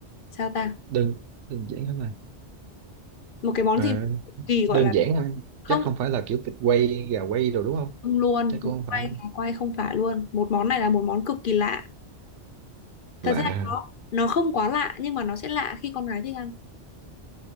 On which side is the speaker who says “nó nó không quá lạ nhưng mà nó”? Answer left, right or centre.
Left